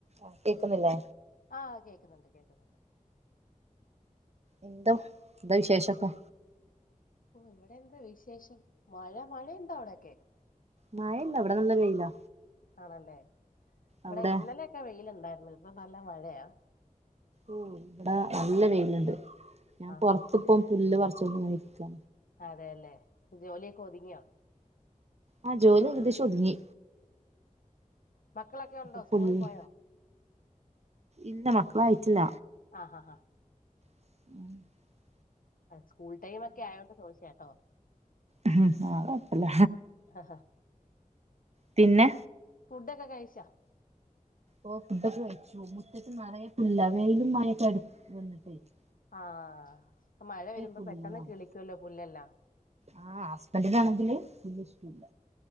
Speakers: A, on the right; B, on the left.
A: ആ കേക്കുന്നില്ലേ
B: ആ കേൾക്കുന്നുണ്ട് കേൾക്കുന്നുണ്ട്
A: എന്ത് എന്താ വിശേഷൊക്കെ
B: ഓ ഇവിടെ എന്ത് വിശേഷം മഴ മഴയുണ്ടോ അവിടെയൊക്കെ
A: മഴഇല്ലാ ഇവിടെ നല്ല വെയിലാ
B: ആണല്ലേ ഇവിടെ
A: അവിടെ
B: ഇന്നലെ ഒക്കെ വെയിലുണ്ടായിരുന്നു. ഇന്ന് നല്ല മഴയാ
A: ഉം ഇവിടെ നല്ല വെയിലുണ്ട്
B: ആഹാ
A: പുറത്ത് ഇപ്പോ ഫുള്ള <unintelligible> <unintelligible>
B: അതെയല്ലേ ജോലിയൊക്കെ ഒതുങ്ങിയോ
A: ആ ജോലി ഏകദേശം ഒതുങ്ങി
B: മക്കളൊക്കെ
A: അപ്പൊ
B: ഉണ്ടോ സ്കൂളിൽ
A: പുല്ല്
B: പോയോ
A: ഇല്ല മക്കളെ അയച്ചില്ല
B: ആഹ്
A: <inaudible>
B: <unintelligible> സ്കൂൾ ടൈം ഒക്കെ ആയോണ്ട് ചോദിച്ചതാ കേട്ടോ
A: ആ കുഴപ്പമില്ല
B: ആ
A: പിന്നെ
B: ഫുഡ് ഒക്കെ കഴിച്ചോ
A: ഓ ഫുഡൊക്കെ കഴിച്ചു മുറ്റത്ത് നിറയെ പുല്ലാ <unintelligible>
B: ആ ഇപ്പോ മഴ വരുമ്പോ
A: പുല്ലാണ്
B: പെട്ടെന്ന് കിളിക്കുമല്ലോ പുല്ലെല്ലാം
A: ആ ഹസ്ബന്റിനാണെങ്കിൽ വൃത്തിയില്